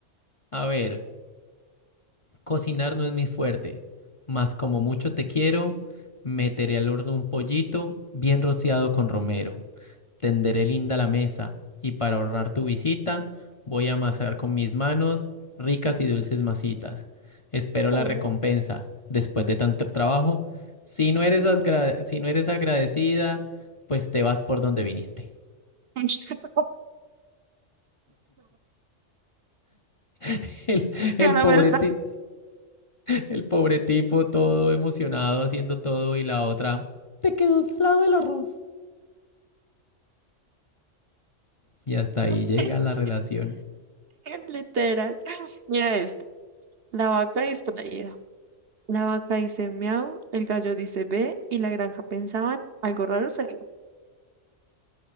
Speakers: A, on the left (about 35°); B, on the right (about 55°).
A: A ver. Cocinar no es mi fuerte, mas como mucho te quiero, meteré al horno un pollito bien rociado con romero. Tenderé linda la mesa y para ahorrar tu visita, voy a amasar con mis manos ricas y dulces masitas. Espero la
B: Oh.
A: recompensa después de tanto trabajo. Si no eres asgra- si no eres agradecida, pues te vas por donde viniste.
B: <laughs>
A: <laughs> El, el
B: Que a la
A: pobre
B: vuelta.
A: ti- El pobre tipo todo emocionado haciendo todo y la otra, te quedó salado el arroz. Y hasta
B: <laughs>
A: ahí llega la relación.
B: Literal. Mira esto. La vaca distraída. La vaca dice miau, el gallo dice ve y la granja pensaban algo raro se